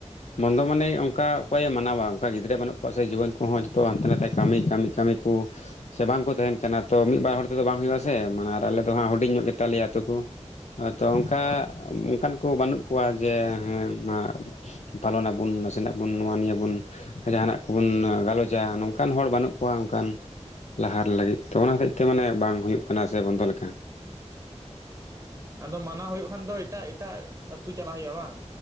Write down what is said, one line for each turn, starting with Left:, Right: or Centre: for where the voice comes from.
Left: ᱵᱚᱱᱫᱚ ᱢᱟᱱᱮ ᱚᱱᱠᱟ ᱚᱠᱚᱭᱮ ᱢᱟᱱᱟᱣᱟ, ᱚᱱᱠᱟ ᱜᱤᱫᱽᱨᱟᱹ ᱵᱟᱹᱱᱩᱜ ᱠᱚᱣᱟ ᱥᱮ ᱡᱩᱣᱟᱹᱱ ᱠᱚᱦᱚᱸ ᱡᱦᱚᱛᱚ ᱦᱟᱱᱛᱮ ᱱᱟᱛᱮ ᱠᱟᱹᱢᱤ-ᱠᱟᱹᱢᱤ-ᱠᱟᱹᱢᱤ ᱠᱚ ᱥᱮ ᱵᱟᱝᱠᱚ ᱛᱟᱦᱮᱱ ᱠᱟᱱᱟ, ᱛᱚ ᱢᱤᱫ ᱵᱟᱨ ᱦᱚᱲ ᱛᱮᱫᱚ ᱵᱟᱝ ᱦᱩᱭᱩᱜᱼᱟ ᱥᱮ᱾ ᱢᱟᱱᱮ ᱟᱨ ᱟᱞᱮ ᱫᱚ ᱦᱟᱸᱜ ᱦᱩᱰᱤᱧ ᱧᱚᱜ ᱜᱮᱛᱟᱞᱮᱭᱟ ᱟᱹᱛᱩ ᱠᱚ᱾ ᱟ ᱛᱚ ᱚᱱᱠᱟ
Right: ᱚ
Left: ᱚᱱᱠᱟᱱ ᱠᱚ ᱵᱟᱹᱱᱩᱜ ᱠᱚᱣᱟ ᱡᱮ ᱦᱮᱸ ᱢᱟ ᱯᱟᱞᱚᱱᱟᱵᱚᱱ ᱱᱟᱥᱮᱱᱟᱜ ᱵᱚᱱ ᱱᱚᱣᱟ ᱱᱤᱭᱟᱹ
Right: ᱦᱩᱸ
Left: ᱵᱚᱱ ᱡᱟᱦᱟᱱᱟᱜ ᱠᱚᱵᱚᱱ ᱜᱟᱞᱚᱪᱟ, ᱱᱚᱝᱠᱟᱱ ᱦᱚᱲ ᱵᱟᱹᱱᱩᱜ ᱠᱚᱣᱟ ᱚᱱᱠᱟᱱ ᱞᱟᱦᱟᱨ ᱞᱮ ᱞᱟᱹᱜᱤᱫ ᱛᱚ ᱚᱱᱟ
Right: ᱚ
Left: ᱦᱚᱛᱮᱡ ᱛᱮ ᱢᱟᱱᱮ ᱵᱟᱝ ᱦᱩᱭᱩᱜ ᱠᱟᱱᱟ ᱥᱮ ᱵᱚᱱᱫᱚ ᱞᱮᱠᱟ᱾
Right: ᱦᱩᱸ᱾ ᱟᱫᱚ ᱢᱟᱱᱟᱣ ᱦᱩᱭᱩᱜ ᱠᱷᱟᱱ ᱫᱚ ᱮᱴᱟᱜ ᱮᱴᱟᱜ ᱟᱹᱛᱩ ᱪᱟᱞᱟᱜ ᱦᱩᱭᱩᱜᱼᱟ ᱵᱟᱝ?